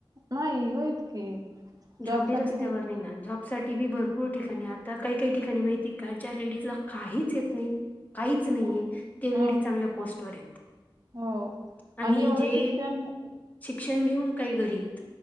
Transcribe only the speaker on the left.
जॉब बी रस्त्यावर
नाही ना, जॉ साठी बी भरपूर ठिकाणी आता काही-काही ठिकाणी माहिती का, ज्या लेडीजला काहीच येत नाही काहीच नाहीेये,
ते लेडीज
चांगल्या पोस्टवर येत.
आणि
जे
शिक्षण घेऊन, काही घरीयेत